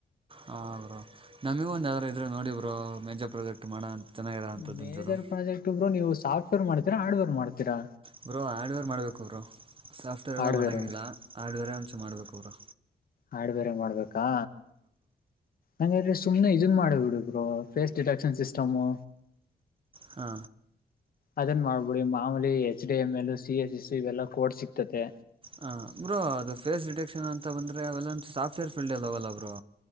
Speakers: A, on the right; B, on the left.
A: ಹ ಬ್ರೋ ನಮಗ ಒಂದಂದು ಯಾರರು ಇದ್ರೆ ನೋಡಿ ಬರುೋ ಮೇಜಾ ಪ್ರಾಜೆಕ್ಟ್ ಮಾಡೋ ಅಂತ ಚೆನ್ನಾಗಿರೋ ಅಂಥದ್ದು
B: ಮೇಜರ್
A: ಒಂಚೂರು
B: ಪ್ರಾಜೆಕ್ಟ್ ಒಬ್ರು ನೀವು ಸಾಫ್ಟ್ವೇರ್ ಮಾಡ್ತೀರಾ ಹಾರ್ಡ್ವೇರ್ ಮಾಡ್ತೀರಾ
A: ಬರುೋ ಹಾರ್ಡ್ವೇರ್ ಮಾಡ್ಬೇಕು ಅವರು ಸಾಫ್ಟ್ವೇರ್ಲ್ಲ
B: ಹಾರ್ಡ್ವೇರು
A: ಮಾಡೋಂಗಿಲ್ಲ ಹಾರ್ಡ್ವೇರೇ ಒಂಚ ಮಾಡ್ಬೇಕು ಅವರು
B: ಆಾಡು ಬೇರೆ ಮಾಡ್ಬೇಕಾ ಹಂಗ್ರೀ ಸುಮನೆ ಇದನ್ ಮಾಡ ಬಿಡುಬರು ಫೇಸ್ ಡಿಟಕ್ಷನ್ ಸಿಸ್ಟಮು
A: ಹಾ
B: ಅದನ್ ಮಾಡ್ಬಿಡಿ ಮಾಮೂಲಿ H D M L C S S ಇವೆಲ್ಲಾ ಕೋಡ್ಸ್ ಸಿಗ್ತತೆ
A: ಹ ಬ್ರೋ ಅದು ಫೇಸ್ ರಿಟಕ್ಷನ್ ಅಂತ ಬಂದ್ರೆ ಅವೆಲ್ಲ ಸಾಫ್ಟ್ವೇರ್ ಫೀಲ್ಡ್ ಅಲ್ಲ ಅವಲ್ಲ ಬ್ರೋ